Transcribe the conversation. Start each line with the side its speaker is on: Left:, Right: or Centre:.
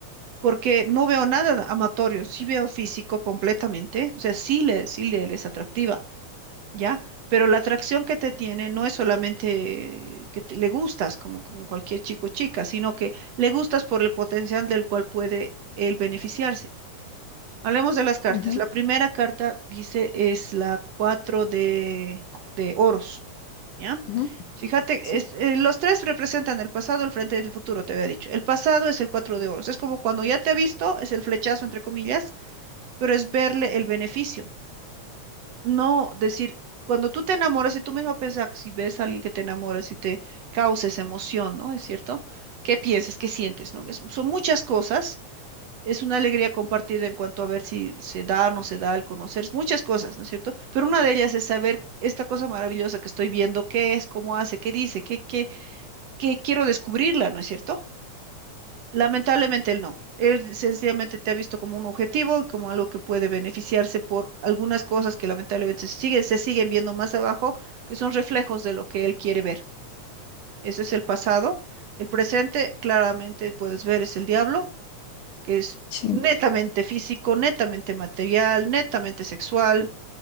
Right: Porque no veo nada amatorio, sí veo físico completamente, o sea, sí le, sí le es atractiva, ¿ya? Pero la atracción que te tiene no es solamente que te- le gustas como, como cualquier chico o chica, sino que le gustas por el potencial del cual puede él beneficiarse. Hablemos de las cartas.
Left: Ujú,
Right: La primera carta, dice, es la 4 de, de oros, ¿ya?
Left: ujú,
Right: Fíjate,
Left: sí,
Right: es, eh, los tres representan el pasado, el frente y el futuro, te había dicho. El pasado es el 4 de oros. Es como cuando ya te ha visto, es el flechazo, entre comillas, pero es verle el beneficio. No decir, cuando tú te enamoras y tú mismo piensas, si ves a alguien que te enamoras y te causa esa emoción, ¿no? ¿Es cierto? ¿Qué piensas? ¿Qué sientes? ¿No? Es- son muchas cosas es una alegría compartida en cuanto a ver si se da o no se da al conocer muchas cosas, ¿no es cierto? Pero una de ellas es saber esta cosa maravillosa que estoy viendo, qué es, cómo hace, qué dice, qué, qué, qué quiero descubrirla, ¿no es cierto? Lamentablemente él no. Él sencillamente te ha visto como un objetivo, como algo que puede beneficiarse por algunas cosas que lamentablemente se siguen, se siguen viendo más abajo, que son reflejos de lo que él quiere ver. Ese es el pasado. El presente, claramente puedes ver, es el diablo que es
Left: sí,
Right: netamente físico, netamente material, netamente sexual,